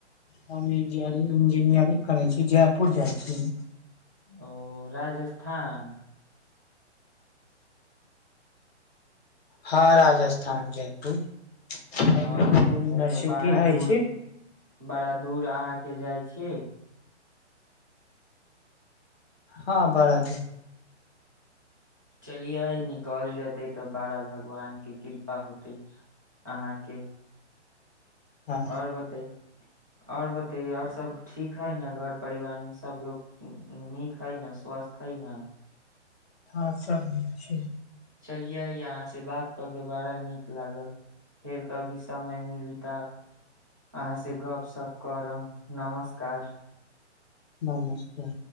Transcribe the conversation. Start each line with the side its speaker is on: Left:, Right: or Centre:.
Left: हम इंजीनियरिंग इंजीनियरिंग करै छी जयपुर जाइ छी
Right: ओ राजस्थान
Left: हँ राजस्थान जयपुर
Right: हँ
Left: यूनिवर्सिटी
Right: तब तऽ बाड़ादूर
Left: हय छै
Right: बड़ादूर अहाँके जाइ छियै
Left: हँ बड़ा दुर
Right: चलियै निकल जेतै तऽ बारा भगवानके कृपा होतै अहाँके
Left: हँ
Right: आओर बताैय आओर बतेयै आओर सब ठीक हइ न घर परिवार मे सभलोग नीक हइ न स्वस्थ हइ न
Left: हँ सभ नीक छै
Right: चलियै अहाँ से बात कऽ के बड़ा नीक लागल फेर कभी समय मिली तऽ अहाँ से गप सप करम नमस्कार
Left: नमस्ते